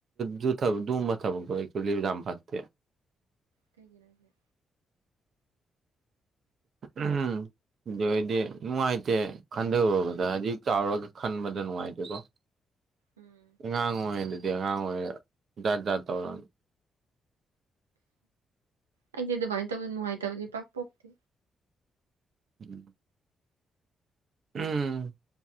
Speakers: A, on the right (about 50°); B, on the right (about 85°).
A: ꯗꯨ ꯊꯕꯛ ꯗꯨꯝꯕ ꯊꯕꯛꯇꯨ <unintelligible> ꯐꯠꯇꯦ
B: ꯀꯩꯒꯤꯅꯣꯍꯥꯢꯖꯦ
A: ꯎꯝ ꯑꯗꯨ ꯑꯣꯏꯗꯤ ꯅꯨꯡꯉꯥꯏꯇꯦ ꯈꯟꯊꯔꯨꯕꯗ ꯍꯥꯏꯗꯤꯛ ꯆꯥꯎꯔꯒ ꯈꯟꯕꯗ ꯅꯨꯡꯉꯥꯏꯇꯦꯀꯣ
B: ꯎꯝ
A: ꯑꯉꯥꯡ ꯑꯣꯏꯔꯩꯗꯗꯤ ꯑꯉꯥꯡ ꯑꯣꯏꯔꯩ ꯖꯥꯠ ꯖꯥꯠ ꯇꯧꯔꯅꯤ
B: ꯑꯩꯗꯤ ꯑꯗꯨꯃꯥꯏꯅ ꯇꯧꯕ ꯅꯨꯡꯉꯥꯏꯇꯕꯗꯤ ꯄꯥꯛ ꯄꯣꯛꯇꯦ
A: ꯎꯝ ꯎꯝ